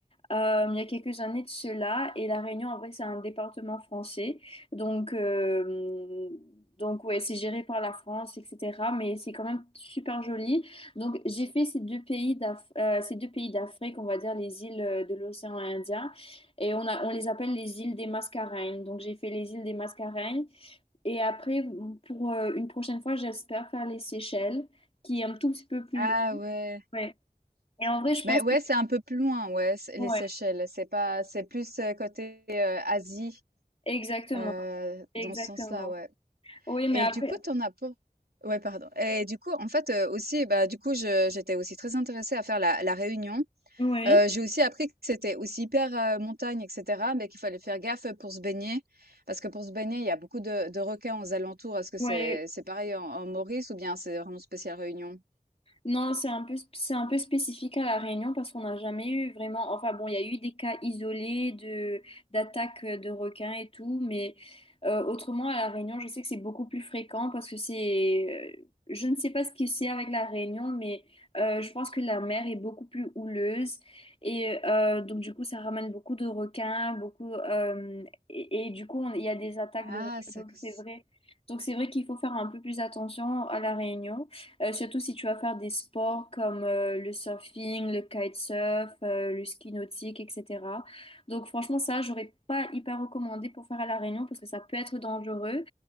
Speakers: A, on the left (about 40°); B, on the right (about 90°).
A: euh, il y a quelques années de cela. Et La Réunion, en vrai, c'est un département français. Donc, euh, donc ouais, c'est géré par la France, etc. Mais c'est quand même super joli. Donc, j'ai fait ces deux pays d'Af- euh, ces deux pays d'Afrique, on va dire les îles euh, de l'océan Indien. Et on a, on les appelle les îles des Mascareignes. Donc, j'ai fait les îles des Mascareignes. Et après, pour euh, une prochaine fois, j'espère faire les Seychelles, qui est un tout petit peu plus
B: Ah
A: loin.
B: ouais.
A: Ouais. Et en vrai, je
B: Mais
A: pense
B: ouais,
A: que...
B: c'est un peu plus loin, ouais, c'est
A: Ouais,
B: les Seychelles. C'est pas c'est plus, heu, côté, heu, Asie.
A: exactement,
B: Heu,
A: exactement.
B: dans ce sens-là, ouais.
A: Oui, mais
B: Et
A: après,
B: du coup, tu en as pas ouais, pardon. Et du coup, en fait, heu, aussi, bah, du coup, je j'étais aussi très intéressée à faire la la réunion.
A: oui,
B: Heu, j'ai aussi appris que c'était aussi hyper, heu, montagne et cetera, mais qu'il fallait faire gaffe, pour se baigner. Parce que pour se baigner, il y a beaucoup de de requins aux alentours. Est-ce que
A: oui.
B: c'est c'est pareil en en Maurice ou bien c'est vraiment spécial Réunion?
A: Non, c'est un peu, c'est un peu spécifique à La Réunion parce qu'on n'a jamais eu vraiment. Enfin bon, il y a eu des cas isolés de d'attaques euh, de requins et tout, mais euh, autrement à La Réunion, je sais que c'est beaucoup plus fréquent parce que c'est. euh, je ne sais pas ce que c'est avec La Réunion, mais euh, je pense que la mer est beaucoup plus houleuse et euh, donc du coup ça ramène beaucoup de requins, beaucoup euh, et, et du coup on- il y a des attaques
B: Ah,
A: de requins.
B: ça.
A: Donc
B: cause-
A: c'est vrai. Donc c'est vrai qu'il faut faire un peu plus attention à La Réunion. Euh, surtout si tu vas faire des sports comme euh, le surfing, le kitesurf, euh, le ski nautique, etc. Donc franchement, ça, j'aurais pas hyper recommandé pour faire à La Réunion parce que ça peut être dangereux.